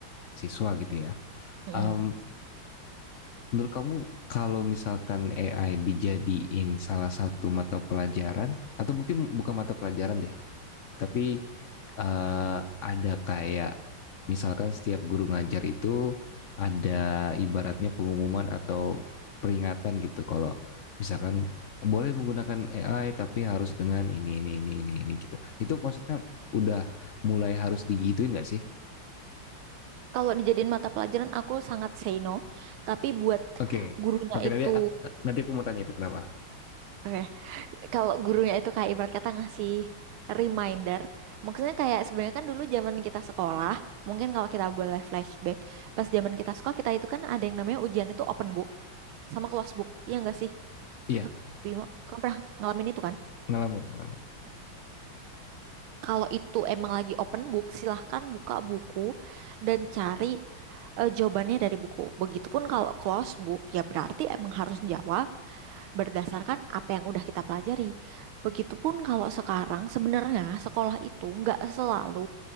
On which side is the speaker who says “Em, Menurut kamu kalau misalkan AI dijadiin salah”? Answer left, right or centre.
Left